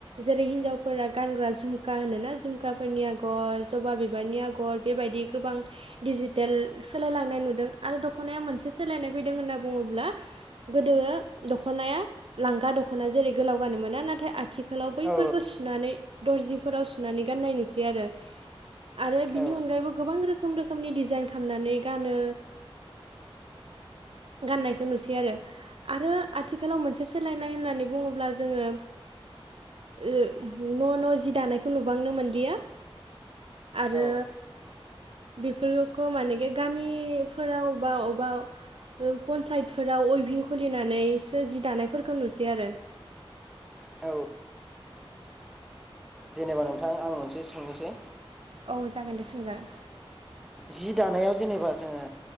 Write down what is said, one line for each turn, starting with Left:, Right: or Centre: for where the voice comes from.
Right: जेरै हिनजावफोरा गानग्रा झुमखा होनोना झुमखाफोरनि आगर जबा बिबारनि आगर बेबायदि गोबां दिडिजिटेल सोलायलांनाय नुदों आरो दख'नाया मोनसे सोलायनाय फैदों होनना बुङोब्ला गोदो दख'नाया लांगा दख'ना जेरै गोलाव गानो मोना नाथाय आथिखालाव बैफोरखौ
Centre: औ
Right: सुनानै दर्जिफोराव सुनानै गाननाय नुसै आरो आरो
Centre: औ
Right: बिनि अनगायैबो गोबां रोखोम रोखोमनि डिजाइन खामनानै गानो गाननायखौ नुसै आरो आरो आथिखालाव मोनसे सोलायनाय होननानै बुङोब्ला जोङो ओ न' न' जि दानायखौ नुबांनो मोनलिया आरो
Centre: औ
Right: बेफोरखौ मानिके गामिफोराव बा अबेबा पन्सायतफोराव अइभिं खुलिनानैसो जि दानायफोरखौ नुसै आरो
Centre: औ जेनेबा नों थां आं मोनसे सोंनोसै
Right: औ जागोन दे सोंजागोन
Centre: जि दानायाव जेनेबा जोङो